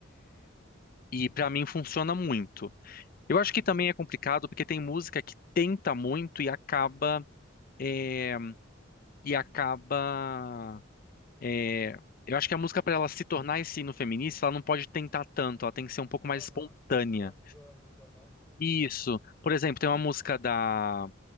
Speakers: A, on the left (about 45°); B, in the centre.
A: e pra mim funciona muito.
B: Entendi,
A: Eu acho que também
B: entendi.
A: é complicado porque tem música que tenta muito e acaba é, e acaba é, eu acho que a música para ela se tornar esse hino feminista, ela não pode tentar tanto, ela tem que ser um pouco mais
B: Aham.
A: espontânea.
B: Orgânica, né? Entendi,
A: Isso.
B: entendi.
A: Por exemplo, tem uma música da